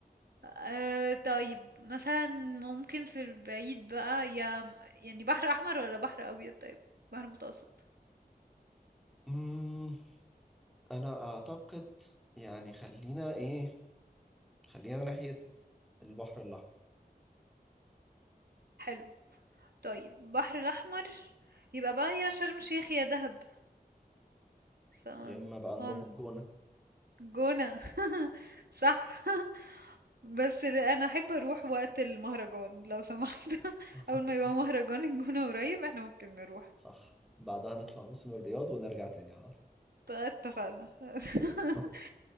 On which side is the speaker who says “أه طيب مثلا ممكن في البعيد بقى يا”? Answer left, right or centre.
Right